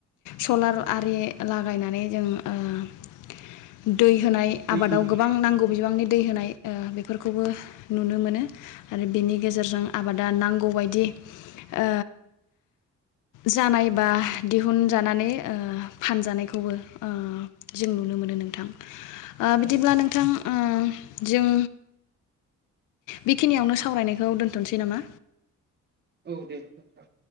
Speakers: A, on the left; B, on the right.
A: सलार आरि लागायनानै जों ओ दै होनाय
B: दै
A: आबादाव
B: दिहुननाय
A: गोबां नांगौ बिबांनि दै होनाय ओ बेफोरखौबो नुनो मोनो आरो बिनि गेजेरजों आबादा नांगौबायदि ओ, जानाय बा दिहुनजानानै ओ फानजानायखौबो ओ, जों नुनो मोनो नोंथां। ओ बिदिब्ला
B: औ
A: नोंथां उम जों बेखिनियावनो सावरायनायखौ दोन्थनोसै नामा?
B: औ दे नोंथां।